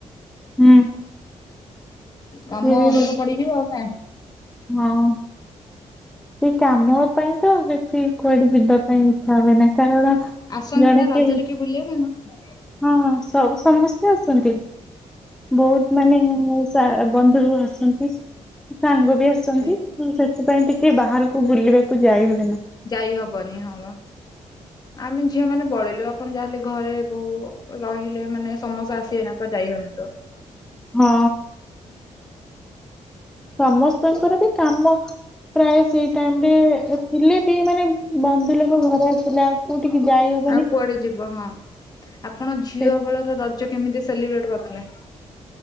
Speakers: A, in the centre; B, on the left.
A: ହୁଁ।
B: କାମ
A: ସିଏ ବି
B: ଅଧିକ
A: ଗୋଟେ
B: ପଡିଯିବ ଆଉ ନା?
A: ହଁ। ସେ କାମ ପାଇଁ ତ ବେଶି କୁଆଡେ ଯିବା ପାଇଁ ଇଚ୍ଛା ହୁଏନାହିଁ କାରଣ
B: ଆସନ୍ତି
A: ଜଣେ
B: ନା ରଜରେ
A: କେହି
B: କିଏ ବୁଲିବା ପାଇଁ <unintelligible>
A: ହଁ ହଁ ସ ସମସ୍ତେ ଆସନ୍ତି ବହୁତ ମାନେ ସା ଆ ବନ୍ଧୁ ଆସନ୍ତି ସାଙ୍ଗ ବି ଆସନ୍ତି
B: ସେ
A: ଅ ସେଥିପାଇଁ ଟି ଟିକେ ବାହାରକୁ ବୁଲିବାକୁ ଯାଇହୁଏନା।
B: ଯାଇ ହବନି ହଁ ବା। ଆମେ ଝିଅ ମାନେ ପଳେଇଲୁ ଆପଣ ଯାହା ହେଲେ ଘରେ ବୋଉ ରହିଲେ ମାନେ ସମସ୍ତେ ଆସିିବେନା କୁଆଡେ ଯାଇହଉନଥିବ।
A: ହଁ। ସମସ୍ତଙ୍କର ବି କାମ ପ୍ରାୟେ ସେଇ ଟାଇମ ରେ ଥିଲେ ବି ମାନେ ବନ୍ଧୁ ଲୋକ ଘରେ ଆସିଲା ସ କୋଉଠିକି ଯାଇହବ
B: ଆଉ କୁଆଡେ ଯିବ ହଁ ଆପଣ ଝିଅ
A: ସେ
B: ବେଳର ରଜ କେମିତି ସେଲିବ୍ରେଟ କରିଥିଲେ?